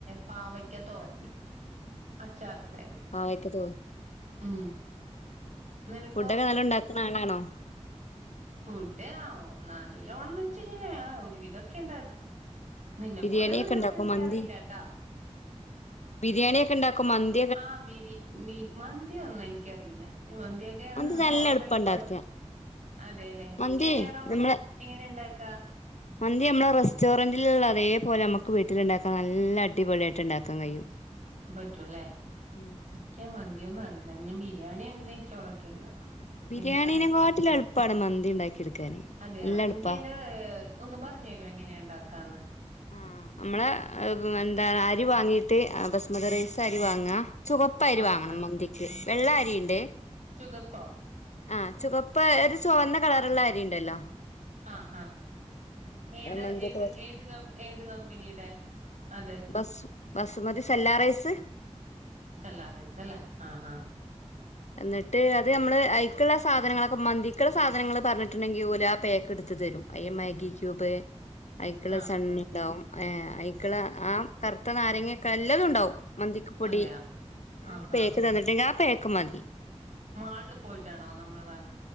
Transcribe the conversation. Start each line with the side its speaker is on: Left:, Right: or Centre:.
Right: പാവയ്ക്ക തോരനും, അച്ചാറുണ്ടായിരുന്നു.
Left: ആ യിട്ട് തോന്നി
Right: ഉം. നിനക്കോ
Left: ഫുഡ്ഒക്കെ നല്ല ഉണ്ടാക്കുന്ന ആളാണോ?
Right: ഫുഡ് ആ നല്ലോണംന്ന ചോയിച്ച ഞ്ഞാൽ ല് ഒരുവിധംക്കെ ഉണ്ടാക്കും നിന്നെപ്പോലെ
Left: ബിരിയാണി
Right: ഒന്നും
Left: ഒക്കെ
Right: ഉണ്ടാക്കാൻ
Left: ഉണ്ടാക്കോ
Right: എനിക്കഅറിയില്ല
Left: മന്തി
Right: ട്ടാ
Left: ബിരിയാണി ഒക്കെ ഉണ്ടാക്കും മന്തി
Right: ആ ബിരി മന്തി ഒന്നും എനിക്കറിയില്ല മന്തിഒക്കെ ഞങ്ങള്
Left: മന്തി നല്ല
Right: ഹോട്ടല്
Left: എളുപ്പം ഉണ്ടാക്കാ
Right: പോയിട്ട് അതെലെ
Left: മന്തി
Right: എങ്ങനെയാണോമന്തി
Left: നമ്മളെ
Right: എങ്ങനെ ഇണ്ടാക്കാ
Left: മന്തി നമ്മളെ റെസ്റ്റോറന്റിലുള്ള അതേപോലെ നമുക്ക് വീട്ടിലുണ്ടാക്കാൻ നല്ല അടിപൊളിയ ആയിട്ട് ഇ ണ്ടാക്കാൻ കഴിയും.
Right: പറ്റൂല്ലേനക്ക്
Left: ഉം
Right: മന്തിന്നും അറിയില്ല ഞാൻ ബിരിയാണി നൈ ച്ചോറൊക്കെ ഇണ്ടാക്കും.
Left: ബിരിയാണീനെക്കാട്ടിലും
Right: പിന്നെ ഫ്രൈഡ് റൈസ്
Left: എളുപ്പാണ് മന്തി ഉണ്ടാക്കിയെടുക്കാന്
Right: അതെയ
Left: നല്ല
Right: ഇൻക്ക്
Left: എളുപ്പാ
Right: അതിന്റെ ഒന്ന് പറഞ്ഞു തരുമോ എങ്ങനെയാ ഇണ്ടാക്കാന്
Left: ആ നമ്മള് എന്താ അരി വാങ്ങീട്ട് ബസ്മതി റൈസ് അരി വാങ്ങാ ചുവപ്പ് അരി
Right: ആഹ്
Left: വാങ്ങണം മന്തിക്ക് വെള്ള അരിയിണ്ട്
Right: ചുവപ്പോ
Left: ആ ചുവപ്പ് ഒരു ചൊവന്ന കളറയുള്ള അരിയിണ്ടല്ലോ
Right: ആഹാ ഏതാ
Left: മന്തിയൊക്കെ
Right: ഏത് ഏത് ക ഏത് കമ്പനിയുടെ- അതെ
Left: ബസ് ബസ് മതി സെല്ലാ റൈസ്
Right: സെല്ലാറൈസ് അല്ലേ ആഹാ
Left: എന്നിട്ട് അത് നമ്മള് അയ്ക്കുള്ള സാധനങ്ങളൊക്കെ മന്തിക്കുള്ള സാധനങ്ങള് പറഞ്ഞിട്ടുണ്ടെങ്കിൽ ഓല് ആ പേക്ക് ഇടുത്ത് തരും അയ്യ മാഗി ക്യൂബ് അയിക്കുള്ള
Right: ആഹ്
Left: സണ്ണിണ്ടാവും
Right: ആഹ്
Left: ആ അയിക്ക് ഉള്ള
Right: ആഹ്
Left: ആ കറുത്ത നാരങ്ങൊക്കെ എല്ലതും ഉണ്ടാവും മന്തിക്ക് പൊടി
Right: അതെയാ
Left: അതിന്റെ
Right: ആഹ്
Left: പേക്ക്
Right: ആഹ്
Left: തന്നിട്ടില്ലേ ആ പേക്ക് മതി
Right: മാളിൽ പോയിട്ടാണോ നമ്മള് വാങ്ങി